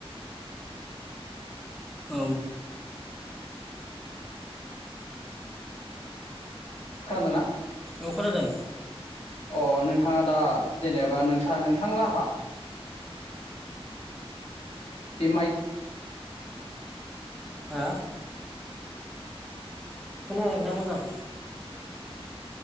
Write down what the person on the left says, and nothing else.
खोनादों ना
अ नोंथाङा दा जेनेबा नोंसा नोंथां लाहा बेमाइ